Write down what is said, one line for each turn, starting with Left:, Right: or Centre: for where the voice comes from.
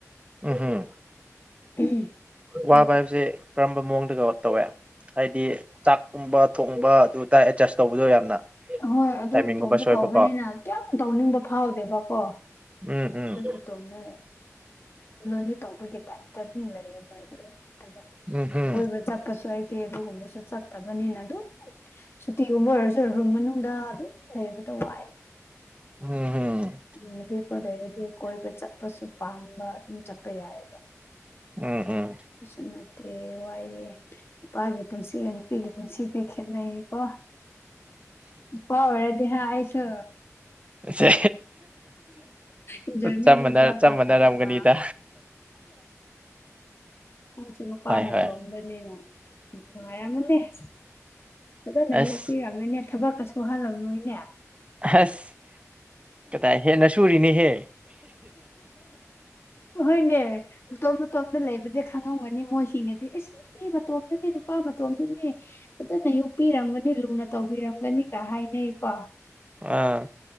Right: ꯎꯝꯍꯝ
Left: <unintelligible>
Right: ꯋꯥꯕꯥꯏꯕꯁꯦ
Left: ꯑꯣꯀꯦ
Right: ꯀꯔꯝꯕ ꯃꯑꯣꯡꯗ ꯀꯩꯅꯣ ꯇꯧꯋꯦ ꯍꯥꯏꯗꯤ ꯆꯥꯛꯀꯨꯝꯕ ꯊꯣꯡꯕ ꯑꯗꯨꯗꯥ ꯑꯦꯗꯖꯁ ꯇꯧꯕꯗꯣ ꯌꯥꯝꯅ
Left: ꯑꯍꯣꯏ ꯑꯗꯨ
Right: ꯇꯥꯏꯃꯤꯡꯒꯨꯝꯕ
Left: ꯏꯇꯣꯝꯇ
Right: ꯁꯣꯏꯕꯀꯣ
Left: ꯇꯧꯕꯅꯤꯅ ꯀꯌꯥꯝ ꯇꯧꯅꯤꯡꯕ ꯐꯥꯎꯗꯦꯕꯀꯣ
Right: ꯎꯝ ꯎꯝ
Left: ꯑꯗꯨꯝ ꯇꯣꯟꯅ ꯂꯣꯟꯂꯤ ꯇꯧꯕꯒꯤ ꯇꯥꯏꯞꯇ ꯑꯗꯨꯝ ꯂꯩꯌꯦꯕ ꯑꯩꯗ ꯅꯨꯡꯉꯥꯏꯇꯕ
Right: ꯎꯝ ꯍꯝ
Left: ꯀꯣꯏꯕ ꯆꯠꯄꯁꯨ ꯑꯩ ꯇꯦꯕꯒꯨꯝꯕꯁꯨ ꯆꯠꯇꯕꯅꯤꯅ ꯑꯗꯨ ꯁꯨꯇꯤꯒꯨꯝꯕ ꯑꯣꯏꯔꯁꯨ ꯔꯨꯝ ꯃꯅꯨꯡꯗ ꯑꯗꯨꯝ ꯂꯩꯕꯗꯣ ꯋꯥꯏꯑꯕ
Right: ꯎꯝ ꯍꯝ
Left: ꯏꯃꯅꯕꯤ ꯀꯣ ꯂꯩꯔ ꯑꯗꯨ ꯀꯣꯏꯕ ꯆꯠꯄꯁꯨ ꯄꯥꯝꯕ ꯑꯗꯨꯝ ꯆꯠꯄ ꯌꯥꯏꯑꯕ
Right: ꯎꯝ ꯎꯝ
Left: ꯁꯤꯁꯨ ꯅꯠꯇꯦ ꯋꯥꯏꯑꯦ ꯅꯨꯄꯥꯒꯤ ꯄꯨꯟꯁꯤꯒ ꯅꯨꯄꯤꯒꯤ ꯄꯨꯟꯁꯤꯗꯤ ꯈꯦꯠꯅꯩꯌꯦꯀꯣ ꯄꯥꯎ ꯋꯥꯦꯗꯤ ꯍꯥ ꯑꯁꯨ
Right: ꯑꯁ
Left: ꯏꯟꯖꯣꯏꯃꯦꯟꯗꯣ
Right: ꯁꯦ
Left: ꯈꯔ
Right: ꯆꯞ
Left: ꯐꯪꯒꯗꯕ
Right: ꯃꯥꯟꯅꯔꯝꯒꯅꯤꯗ
Left: ꯅꯪꯁꯨ ꯅꯨꯄꯥꯅ
Right: ꯍꯣꯏ ꯍꯣꯏ
Left: ꯇꯣꯛꯑꯝꯗꯅꯤꯅ ꯅꯨꯡꯉꯥꯏꯔꯝꯃꯅꯦꯁ ꯐꯖꯅ
Right: ꯑꯁ
Left: ꯌꯣꯛꯄꯤꯔꯝꯃꯅꯦ ꯊꯕꯛꯀ ꯁꯨꯍꯜꯂꯝꯃꯣꯏꯅꯦ
Right: ꯑꯁ ꯀꯗꯥꯏ ꯍꯦꯟꯅ ꯁꯨꯔꯤꯅꯤꯍꯦ
Left: ꯑꯍꯣꯏꯅꯦ ꯃꯇꯇꯣꯝ ꯃꯇꯇꯣꯝꯇ ꯂꯩꯕꯗꯤ ꯈꯪꯉꯝꯒꯅꯤ ꯃꯣꯏꯁꯤꯡꯅꯗꯤ ꯑꯁ ꯅꯨꯄꯤ ꯃꯇꯣꯝꯗꯅꯦ ꯅꯨꯄꯥ ꯃꯇꯣꯝꯗꯅꯦ ꯐꯖꯅ ꯌꯣꯛꯄꯤꯔꯝꯒꯅꯤ ꯂꯨꯅ ꯇꯧꯕꯤꯔꯝꯒꯅꯤꯒ ꯍꯥꯏꯅꯩꯀꯣ
Right: ꯑꯥ